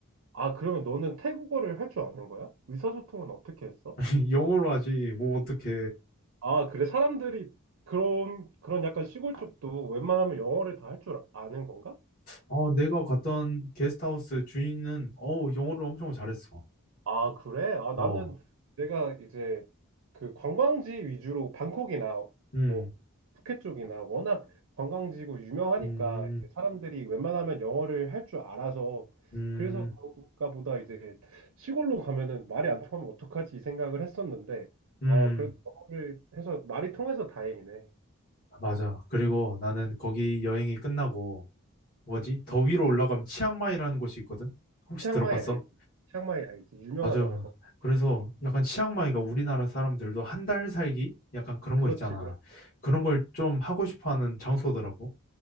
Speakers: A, on the right; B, on the left.
A: 아, 그러면 너는 태국어를 할 줄 아는 거야? 의사소통은 어떻게 했어?
B: <laughs> 영어로 하지. 뭐 어떡해.
A: 아, 그래. 사람들이 그런, 그런 약간 시골 쪽도 웬만하면 영어를 다 할 줄 아는 건가?
B: 어, 내가 갔던 게스트하우스 주인은 어, 영어를 엄청 잘했어.
A: 아, 그래? 아,
B: 어.
A: 나는 내가 이제 그 관광지 위주로 방콕이나
B: 음.
A: 뭐 푸켓 쪽이나 워낙 관광지고 유명하니까
B: 음.
A: 이제 사람들이 웬만하면 영어를 할 줄 알아서
B: 음.
A: 그래서 그런가 보다 이제 시골로 가면은 말이 안 통하면 어떡하지 이 생각을 했었는데
B: 음,
A: 어, 그래도 영어를 해서 말이 통해서 다행이네.
B: 맞아. 그리고 나는 거기 여행이 끝나고, 뭐지?
A: 음.
B: 더 위로 올라가면 치앙마이라는 곳이 있거든? 혹시
A: 치앙마이
B: 들어봤어?
A: 알지? 치앙마이 알지? 유명하잖아.
B: 맞아. 그래서 약간 치앙마이가 우리나라 사람들도 한 달 살기? 약간 그런
A: 그렇지,
B: 거 있잖아.
A: 그렇죠.
B: 그런 걸 좀 하고 싶어 하는 장소더라고.